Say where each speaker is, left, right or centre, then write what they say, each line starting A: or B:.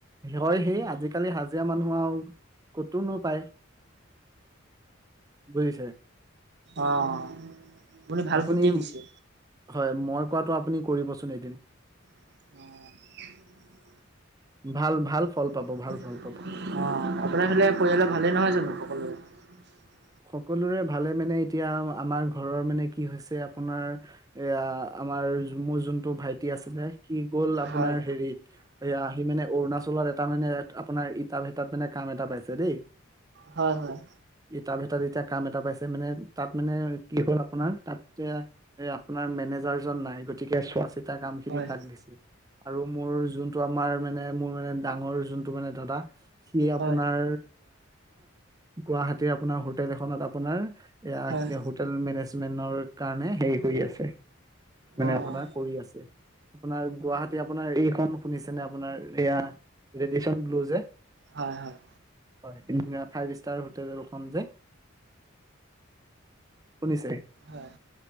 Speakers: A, on the right (about 20°); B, on the right (about 55°).
A: হয় হে, আজিকালি হাজিৰা মানুহ আৰু ক'তো নাপায়। বুজিছে।
B: অ', ভাল
A: আপুনি?
B: বুদ্ধি দিছে।
A: হয় মই কোৱাটো আপুনি আপুনি কৰিবচোন এদিন!
B: অ'।
A: ভাল, ভাল ফল
B: অ',
A: পাব
B: আপোনাৰ
A: ভাল ফল পাব
B: হ'লে? পৰিয়ালৰ ভালে নহয় জানো সকলোৰে? উ। <inaudible>
A: সকলোৰে ভালে মানে, এতিয়া আমাৰ ঘৰৰ মানে কি হৈছে, আপোনাৰ এয়া আমাৰ--মোৰ যিটো ভাইটি আছিলে সি গ'ল আপোনাৰ
B: হয়,
A: হেৰিত। আহি মানে অৰুণাচলত এটা মানে আপোনাৰ ইটা ভাটাত মানে কাম এটা পাইছে, দেই।
B: হয়, হয়।
A: ইটা ভাটাত এতিয়া কাম এটা পাইছে মানে। তাত মানে, কি হ'ল আপোনাৰ, তাত মানে আপোনাৰ মেনেজাৰজন নাই গতিকে চোৱাচিতা ইটা কাম খিনি
B: হয়,
A: তাক দিছে। আৰু মোৰ যোনটো আমাৰ মানে, মোৰ মানে ডাঙৰ যোনটো মানে দাদা। সি আপোনাৰ
B: হয়,
A: গুৱাহাটী আপোনাৰ হোটেল এখনত আপোনাৰ ইে
B: হয়,
A: হোটেল মেনেজ কাৰণে হে হৈ আছে মানে
B: অ',
A: আপোনাৰ কৰি আছে আপোনাৰ গুৱাহাটী আপোনাৰ এইখন শুনিছেনে আপোনাৰ এইয়া ৰেডিয়েচন ব্লু যে
B: হয় হয়
A: হয় স ফাইভ ষ্টাৰ হোটেল খন যে শুনিছে
B: হয়।